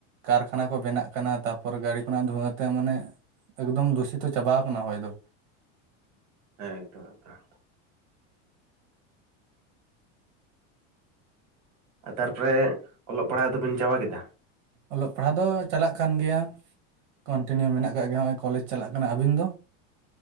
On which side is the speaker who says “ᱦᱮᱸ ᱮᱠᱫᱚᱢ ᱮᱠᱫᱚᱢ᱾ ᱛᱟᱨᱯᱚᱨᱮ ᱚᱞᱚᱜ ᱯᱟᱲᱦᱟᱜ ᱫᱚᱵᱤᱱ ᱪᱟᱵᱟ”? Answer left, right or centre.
Right